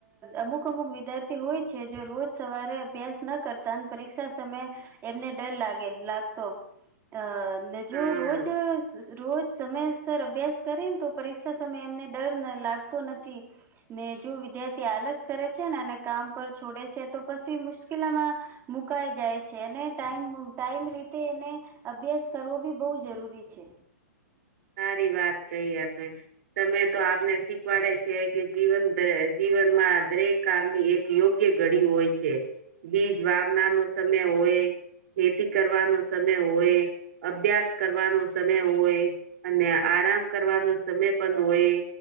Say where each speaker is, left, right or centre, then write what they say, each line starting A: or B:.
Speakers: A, on the right; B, on the right.
A: અમુક અમુક વિદ્યાર્થી હોય છે જો રોજ સવારે અભ્યાસ ના કરતા ત પરીક્ષા સમય એમને ડર લાગે લાગતો અ અને જો
B: હા
A: રોજ રોજ સમય સર અભ્યાસ કરીેને તો પરીક્ષા સમયે એમને ડર લાગતો નથી ને જો વિદ્યાર્થી આલસ કરે છે ને અને કામ પર છોડે છે તો પછી મુશ્કેલમાં મુકાઈ જાય છે અને ટમ ટાઈમ રીતે એને અભ્યાસ કરવો બી બહુ જરૂરી છે
B: સારી વાત કહી આપે તમે તો આપને શીખવાડે છે કે જીવન જીવનમાં દરેક કામની એક યોગ્ય ઘડી હોય છે બીજ વાવના નો સમય હોય ખેતી કરવાનો સમય હોય અભ્યાસ કરવાનો સમય હોય અને આરામ કરવાનો સમય પણ હોય